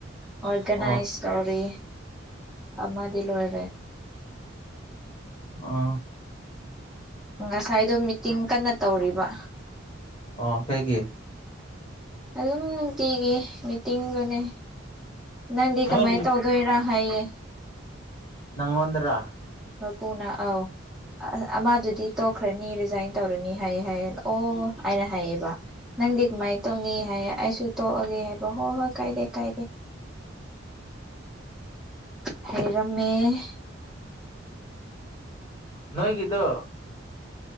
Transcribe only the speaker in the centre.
ꯑꯣꯔꯒꯅꯥꯏꯖ
ꯇꯧꯔꯤ ꯑꯃꯗꯤ ꯂꯣꯏꯔꯦ
ꯉꯁꯥꯏꯗꯣ ꯃꯤꯇꯤꯡ ꯀꯟꯅ ꯇꯧꯔꯤꯕ
ꯑꯗꯨꯝ ꯅꯨꯡꯇꯤꯒꯤ ꯃꯤꯇꯤꯡꯗꯨꯅꯦ ꯅꯪꯗꯤ
ꯀꯃꯥꯏꯅ ꯇꯧ ꯗꯣꯏꯔꯥ ꯍꯥꯏꯌꯦ
ꯃꯄꯨꯅ ꯑꯧ ꯑ ꯑꯃꯥꯗꯨꯗꯤ ꯇꯣꯛꯈ꯭ꯔꯅꯤ ꯔꯤꯖꯥꯏꯟ ꯇꯧꯔꯅꯤ ꯍꯥꯏꯌꯦ ꯍꯥꯏꯌꯦ ꯑꯣ ꯍꯥꯏꯅ ꯍꯥꯏꯌꯦꯕ ꯅꯪꯗꯤ ꯀꯃꯥꯏꯅ ꯇꯧꯅꯤ ꯍꯥꯏ ꯑꯩꯁꯨ ꯇꯣꯛꯑꯒꯦ ꯍꯥꯏꯕ ꯍꯣꯏ ꯍꯣꯏ ꯀꯥꯏꯗꯦ ꯀꯥꯏꯗꯦ ꯍꯥꯏꯩꯔꯝꯃꯦꯃꯦ